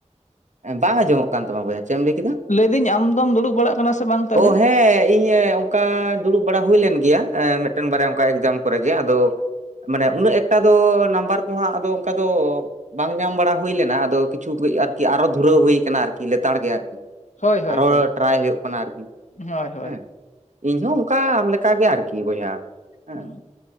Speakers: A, on the right; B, on the left.
A: ᱵᱟᱝ ᱟᱸᱡᱚᱢᱚᱜ ᱠᱟᱱ ᱛᱟᱢᱟ ᱵᱚᱭᱦᱟ ᱪᱮᱫ ᱮᱢ ᱞᱟᱹᱭ ᱠᱮᱫᱟ
B: ᱞᱟᱹᱭ ᱫᱟᱹᱧ ᱟᱢ ᱫᱚᱢ ᱫᱩᱲᱩᱵ ᱵᱟᱲᱟᱜ ᱠᱟᱱᱟ ᱥᱮ ᱵᱟᱝ ᱛᱟᱼᱼ
A: ᱚᱻ ᱦᱮᱸ ᱤᱧ ᱚᱱᱠᱟ ᱫᱩᱲᱩᱵ ᱵᱟᱲᱟ ᱦᱩᱭ ᱞᱮᱱ ᱜᱮᱭᱟ ᱢᱤᱫᱴᱮᱱ ᱵᱟᱨᱭᱟ ᱚᱱᱠᱟ ᱮᱠᱡᱟᱢ ᱠᱚᱨᱮ ᱜᱮ ᱟᱫᱚ ᱢᱟᱱᱮ ᱩᱱᱟᱹᱜ ᱮᱠᱴᱟ ᱫᱚ ᱱᱟᱢᱵᱟᱨ ᱠᱚᱦᱟᱸᱜ ᱟᱫᱚ ᱚᱱᱠᱟ ᱫᱚ ᱵᱟᱝ ᱧᱟᱢ ᱵᱟᱲᱟ ᱦᱩᱭ ᱞᱮᱱᱟ ᱟᱫᱚ ᱠᱤᱪᱷᱩ ᱠᱟᱹᱡ ᱟᱨᱠᱤ ᱟᱨᱚ ᱫᱷᱩᱨᱟᱹᱣ ᱦᱩᱭ ᱠᱟᱱᱟ ᱟᱨᱠᱤ ᱞᱮᱛᱟᱲ ᱜᱮ ᱟᱨᱠᱤ
B: ᱦᱳᱭ ᱦᱳᱭ
A: ᱟᱨᱦᱚ
B: ᱦᱳᱭ
A: ᱴᱨᱟᱭ ᱦᱩᱭᱩᱜ ᱠᱟᱱᱟ ᱟᱨᱠᱤ
B: ᱦᱳᱭ ᱦᱳᱭ
A: ᱦᱮᱸ ᱤᱧ ᱦᱚ ᱚᱱᱠᱟ ᱟᱢ ᱞᱮᱠᱟ ᱜᱮ ᱟᱨᱠᱤ ᱵᱚᱭᱦᱟ ᱦᱮᱸ
B: ᱦᱩᱸ